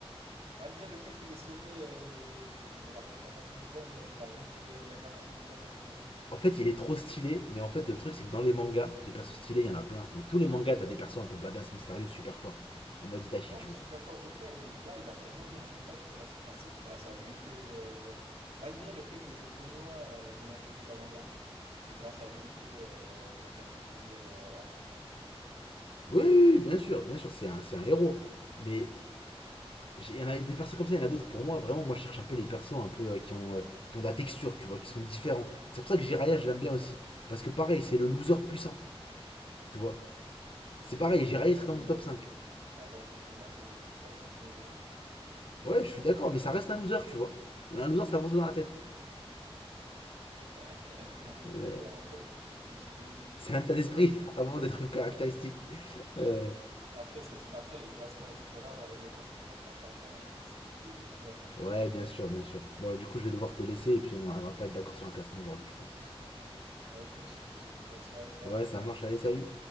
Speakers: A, on the right; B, on the left.
A: Malgré le fait qu'il ait sauvé euh, de, de la réincarnation des âmes, euh, il a rompu le- l'incarnation des âmes avec un Genjutsu.
B: En fait, il est trop stylé, mais en fait, le truc, c'est que dans les mangas, des persos stylés, il y en a plein. Dans tous les mangas, t'as des persos un peu badass, mystérieux, super forts, en mode Itachi,
A: Non,
B: tu
A: mais
B: vois.
A: super fort, ok, mais là, il a vraiment eu un impact sur la... sé- Enfin, c'est grâce à lui que, euh, malgré le fait que Konoha euh, lui a un peu mis à l'envers, c'est grâce à lui que, euh, que la quatrième grande guerre euh, a pris fin.
B: Oui, oui, oui, bien sûr, bien sûr, c'est un, c'est un héros. Mais Il y en a des persos comme ça, il y en a d'autres. Pour moi, vraiment, moi je cherche un peu les persos un peu euh, qui, ont, euh, qui ont de la texture, tu vois, qui sont différents. C'est pour ça que Jiraya, je l'aime bien aussi. Parce que pareil, c'est le loser puissant, tu vois.
A: <laughs>
B: C'est pareil, Jiraya
A: Alors que
B: serait
A: le,
B: dans mon top cinq
A: Alors que pour moi, c'est le plus fort du trio légendaire.
B: Ouais, je suis d'accord, mais ça reste un loser, tu vois. Un loser, ça avance dans la tête.
A: <laughs> Être
B: Euh,
A: un loser, en fait, c'est c'est psychologique.
B: c'est un état d'esprit <laughs> avant d'être une caractéristique.
A: Ouais.
B: Euh,
A: A- a- Après, ce truc- après, les classements, etc., honnêtement, c'est propre à chacun et c'est les goûts et les couleurs. <laughs>
B: ouais, bien sûr, bien sûr. Bon, du coup, je vais devoir te laisser et puis on n'arrivera pas à être d'accord sur un classement aujourd'hui, je pense.
A: Ouais. Bah écoute, je te souhaite une bonne soirée, ciao.
B: Ouais, ça marche, allez, salut.